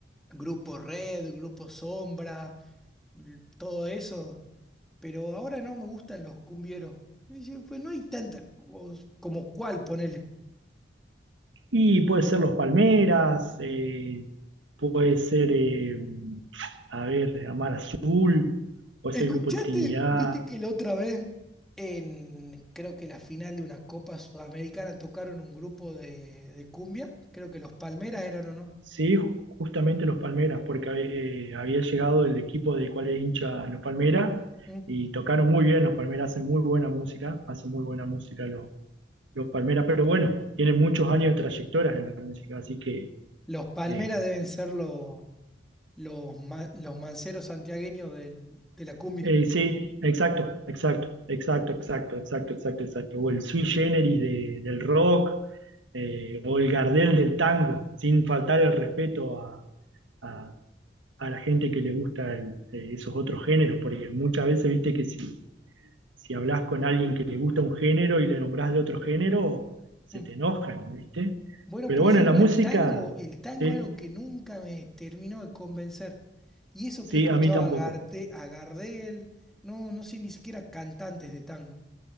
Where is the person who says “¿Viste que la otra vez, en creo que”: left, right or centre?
Centre